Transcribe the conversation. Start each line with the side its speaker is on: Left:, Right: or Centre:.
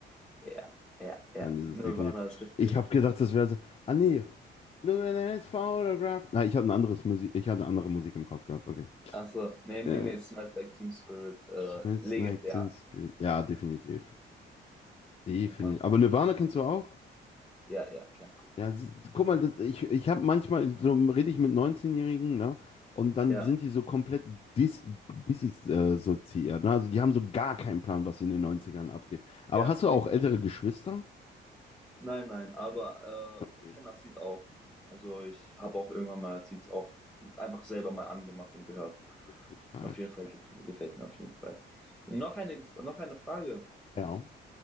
Centre: Ja, ja, ja.
Left: Dann ist es
Centre: Nirvana
Left: definitiv.
Centre: ist richtig.
Left: Ich habe gedacht, das wäre so. Ah, nee. Look at his photograph. Na, ich hatte ein anderes Musik. Ich hatte andere Musik im Kopf gehabt. Okay.
Centre: Achso, nee, nee,
Left: Äh,
Centre: nee. Smells Like Teen Spirit, äh,
Left: It's
Centre: legendär.
Left: like Teen Spirit. Ja, definitiv. Definitiv.
Centre: Kennt man.
Left: Aber Nirvana kennst du auch?
Centre: Ja, ja, klar.
Left: Ja, sie, guck mal, das, ich, ich habe manchmal, so rede ich mit 19-Jährigen, ne? Und dann
Centre: Ja,
Left: sind die so komplett dis, dissoziiert, ne? Also die haben so gar keinen Plan, was in den Neunzigern abgeht. Aber
Centre: ja.
Left: hast du auch ältere Geschwister?
Centre: Nein, nein, aber
Left: Okay,
Centre: äh, ich kenne das Lied auch. Also ich habe auch irgendwann mal das Lied auch einfach selber mal angemacht und gehört.
Left: wirklich stark.
Centre: Auf jeden Fall gef- gefällt mir auf jeden Fall. Noch eine, noch eine Frage.
Left: Ja,